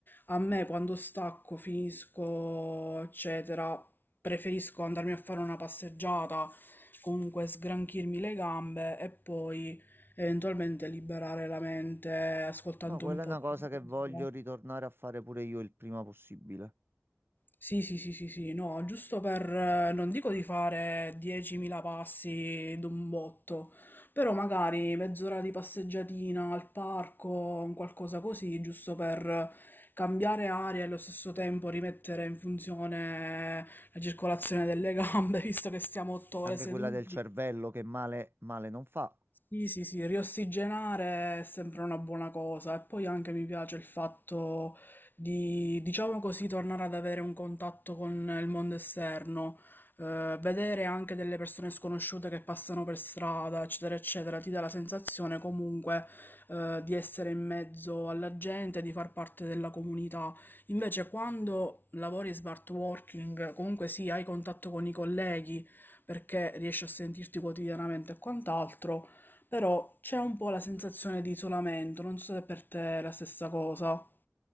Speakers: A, on the left; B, on the right.
A: a me quando stacco, finisco, eccetera, preferisco andarmi a fare una passeggiata, comunque sgranchirmi le gambe e poi eventualmente liberare la mente ascoltando
B: No, quella
A: un po'
B: è una
A: di
B: cosa che
A: musica.
B: voglio ritornare a fare pure io il prima possibile.
A: Sì, sì, sì, sì, sì, no, giusto per, eh, non dico di fare 10.000 passi d'un botto, però magari mezz'ora di passeggiatina al parco, un qualcosa così, giusto per cambiare aria e allo stesso tempo rimettere in funzione la circolazione delle gambe, <laughs> visto che stiamo otto ore
B: Anche
A: seduti.
B: quella del cervello che male, male non fa.
A: Sì, sì, sì, riossigenare è sempre una buona cosa e poi anche mi piace il fatto di, diciamo così, tornare ad avere un contatto con il mondo esterno, eh, vedere anche delle persone sconosciute che passano per strada, eccetera, eccetera, ti dà la sensazione comunque, eh, di essere in mezzo alla gente, di far parte della comunità. Invece quando lavori smart working, comunque sì, hai contatto con i colleghi perché riesci a sentirti quotidianamente e quant'altro però c'è un po' la sensazione di isolamento, non so se per te è la stessa cosa.